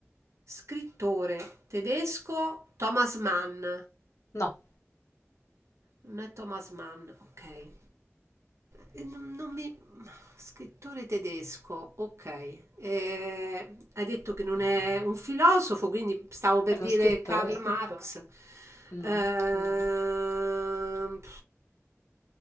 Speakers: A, on the right (about 75°); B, on the left (about 75°).
A: Scrittore tedesco Thomas Mann.
B: No,
A: Non è Thomas Mann, ok. Eh, Non, non mi... Scrittore tedesco, ok. Eh, hai detto che non è un filosofo, quindi stavo per
B: è uno
A: dire
B: scrittore.
A: Karl Soprattutto. Marx. No.
B: No.
A: Ehm,